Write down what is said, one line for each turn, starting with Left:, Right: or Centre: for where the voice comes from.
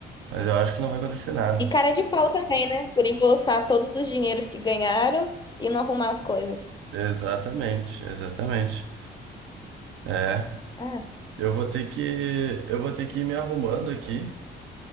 Right: mas eu acho que não vai acontecer nada.
Left: E cara de pau também, né? Por embolsar todos os dinheiros que ganharam e não arrumar as coisas.
Right: Exatamente, exatamente. É,
Left: Ah,
Right: eu vou ter que, eu vou ter que ir me arrumando aqui.